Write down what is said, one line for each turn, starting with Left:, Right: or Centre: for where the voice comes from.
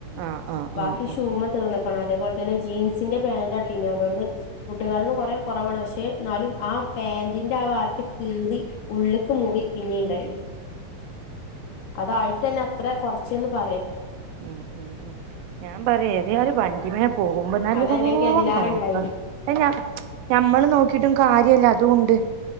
Right: ആ ആ
Left: ബാക്കി
Right: ആ ആ
Left: ഷൂമ്മ തീർന്ന ണം അതേപോലെ തന്നെ ജീൻസിന്റെ പാന്റാട്ടീ നേ അതൊണ്ട് മുട്ടുകാല് മ്മ കുറെ കുറവാണ് പക്ഷെ ട്ട് ന്നാലും ആ പാന്റിന്റെ ആ ഭാത്ത് കീറി ഉള്ള്ക്ക് മുറി പിന്നി ണ്ടായിണ് അതായിട്ട്ന്നെ അത്ര കുറച്ച്ന്ന് പറയാ
Right: ഉം ഉം ഉ ഞാൻ പറയാ ഏതാലും വണ്ടി മ്മെ പോകുമ്പോ നല്ലോ
Left: അതല്ലെങ്കിൽ അതിലേറെ
Right: നോക്കണ്ണം
Left: ഉണ്ടായിനി
Right: അഹ് ഞമ്മള് നോക്കിട്ടും കാര്യല്ല അതും ഉണ്ട്